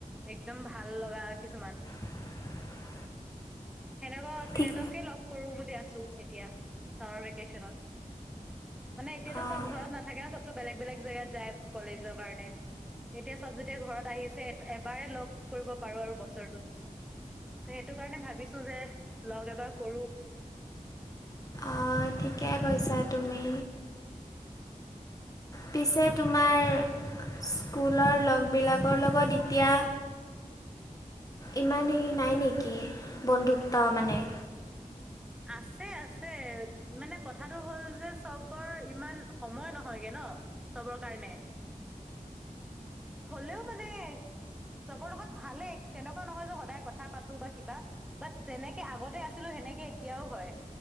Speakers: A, in the centre; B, on the left.
A: একদম ভাল লগা কিছুমান।
B: <inaudible>
A: সেনেকুৱাও আছে
B: ঠিক
A: সিহঁতকে লগ কৰো বুলি আছো এতিয়া ছামাৰ ভেকেচনত। মানে এতিয়াতো
B: অঁ
A: চব ঘৰত নেথাকে নে চবতো বেগ বেলেগ জেগাত যায়। কলেজৰ কাৰণে এতিয়া চব যেতিয়া ঘৰত আহিছে এবাৰে লগ। কৰিব পাৰো আৰু বছৰটোত ত সেইটো কাৰণে ভাবিছো যে লগ এবাৰ কৰো।
B: অ ঠিকে কৈছা তুমি। পিছে তোমাৰ। স্কুলৰ লগবিলাকৰ লগত এতিয়া। ইমান হেৰি নাই নেকি বন্ধুত্ব মানে।
A: আছে আছে মানে কথাটো হ'ল যে চবৰ ইমান সময় নহয়গে ন। চবৰ কাৰণে হ'লেও মানে। চবৰ লগত ভালেই তেনেকুৱা নহয় যে সদায় কথা পাতো বা কিবা। বাট যেনেকে আগতে আছিলো সেনেকে এতিয়াও হয়